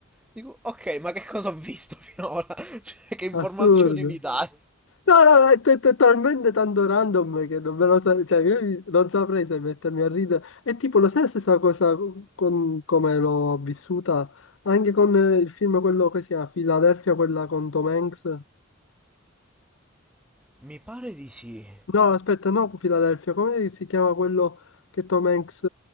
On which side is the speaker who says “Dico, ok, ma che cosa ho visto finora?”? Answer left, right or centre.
Centre